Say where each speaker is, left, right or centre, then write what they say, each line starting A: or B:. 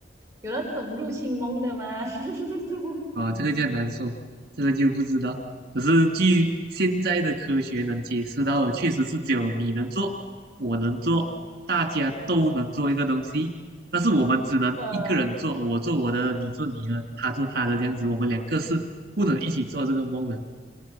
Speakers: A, on the right; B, on the right.
A: 有那种入侵梦的吗？<laughs>
B: 啊，这个就很难说，这个就不知道。可是据现在的科学能解释到的，确实是只有你能做，我能做，大家都能做一个东西，但是我们只能一个人做，
A: 嗯，
B: 我做我的，你做你的，他做他的，这样子，我们两个是不能一起做这个梦的，